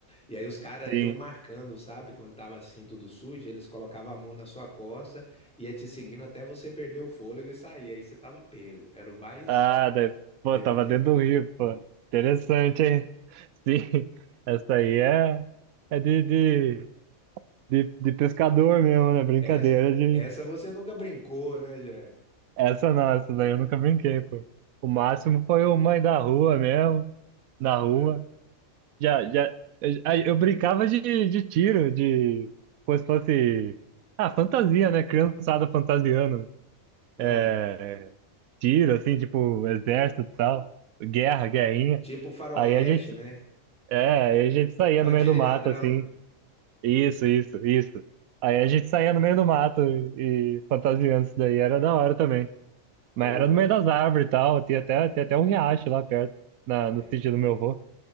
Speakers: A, in the centre; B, on the right.
A: E aí os caras
B: sim.
A: iam marcando, sabe? Quando tava assim tudo sujo, eles colocavam a mão na sua costa, ia te seguindo até você perder o fôlego e sair. Aí você tava pego. Era o mais
B: Ah, daí, pô,
A: Tá entendendo?
B: tava dentro do rio, pô. Interessante, hein? <laughs> Sim, essa aí é, é de, de, de, de pescador mesmo, né? Brincadeira
A: Essa,
B: de.
A: essa você nunca brincou, né, Jé?
B: Essa não, essa daí eu nunca brinquei, pô. O máximo foi o mãe da rua mesmo, na rua.
A: É.
B: Já, já, eu, eu brincava de, de tiro, de. Como se fosse. Ah, fantasia, né? Criançada fantasiando.
A: Ah,
B: é, tiro, assim, tipo, exército e tal, guerra, guerrinha.
A: tipo faroeste,
B: Aí a gente,
A: né?
B: é, aí a gente saía
A: Bandido
B: no meio do
A: e
B: mato,
A: ladrão.
B: assim, isso, isso, isso. Aí a gente saía no meio do mato e, e fantasiando isso daí, era da hora também. Mas
A: Pô,
B: era no meio das árvores e tal, tinha até, tinha até um riacho lá perto, na,
A: é...
B: no sítio do meu avô.